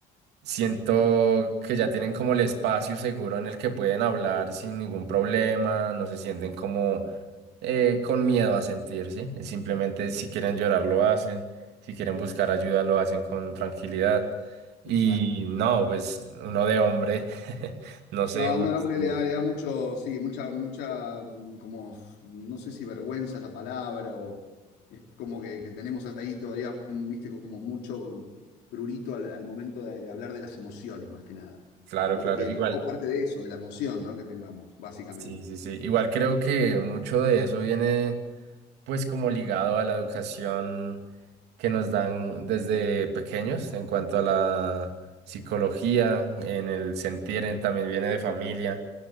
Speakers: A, on the right (about 80°); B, on the left (about 85°).
A: Siento que ya tienen como el espacio seguro en el que pueden hablar sin ningún problema, no se sienten como eh, con miedo a sentir, ¿sí? Simplemente si quieren llorar lo hacen, si quieren buscar ayuda lo hacen con tranquilidad. Y
B: Exacto.
A: no, pues uno de hombre, <laughs> no sé,
B: No, a
A: uno,
B: un hombre
A: no.
B: le da, le da mucho, sí, mucha, mucha, mm, como, no sé si vergüenza es la palabra, o es como que, que tenemos ahí todavía, mm, viste, como mucho prurito al, al momento de, de hablar de las emociones, más que nada.
A: Claro,
B: Porque
A: claro, igual,
B: es parte de eso, de la emoción, ¿no? que tengamos, básicamente.
A: sí, sí, sí, igual creo que mucho de eso viene pues como ligado a la educación que nos dan desde pequeños en cuanto a la psicología, en el sentir, en- también viene de familia.